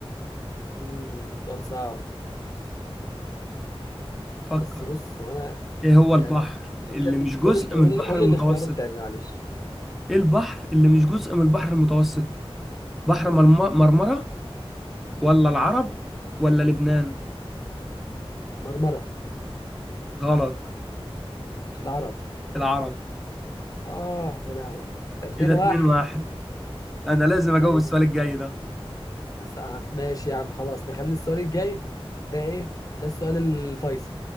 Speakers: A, on the left; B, in the centre.
A: مم. سؤال صعب
B: فكر
A: بس بص وانا
B: ايه هو البحر
A: يعني
B: اللي
A: قول كده-
B: مش جزء
A: قول ال- قول
B: من البحر
A: ال- قول
B: المتوسط
A: الاختيار التاني معلش
B: ايه البحر اللي مش جزء من البحر المتوسط بحر مرم- مرمرة ولا العرب ولا لبنان
A: مرمره
B: غلط
A: العرب
B: العرب
A: اه يا لهوي ده 2
B: كده اتنين
A: 1
B: واحد انا لازم اجاوب
A: ماشي
B: السؤال الجاي ده
A: بس أنا ماشي يا عم خلاص نخلي السؤال الجاي ده إيه ده السؤال الفيصل